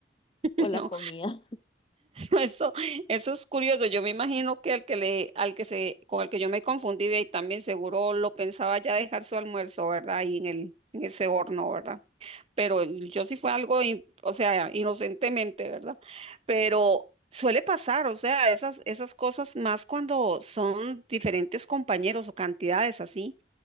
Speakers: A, on the right; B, on the left.
A: <laughs>
B: o la
A: No,
B: comida. <laughs>
A: no, eso, eso es curioso. Yo me imagino que el que le, al que se, con el que yo me confundí, ve, y también seguro lo pensaba ya dejar su almuerzo, ¿verdad? Ahí en el, en ese horno, ¿verdad? pero yo sí fue algo, in- o sea, inocentemente, ¿verdad? Pero suele pasar, o sea, esas, esas cosas más cuando son diferentes compañeros o cantidades así.